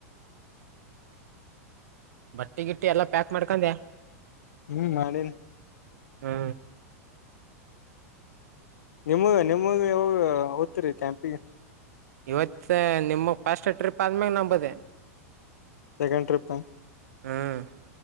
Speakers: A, on the right; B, on the left.
A: ಬಟ್ಟಿಗಿಟ್ಟಿ ಎಲ್ಲಾ ಪ್ಯಾಕ್ ಮಾಡ್ಕೊಂಡೆ
B: ಹ್ಮ್ ಮಾಡೇನಿ
A: ಹಾ
B: ನಿಮಗೆ ನಿಮಗೆಾವ ಓದ್ತರಿೀ ಕೆ್ಯಾಂಪಿಗೆ
A: ಇವತ್ ನಿಮ್ಮ ಫಸ್ಟ್ ಟ್ರಿಪ್ ಆದ್ಮ್ಯಾಗ ನಂಬದೆ
B: ಸೆಕೆಂಡ್ ಟ್ರಿಪ್
A: ಹ್ಮ್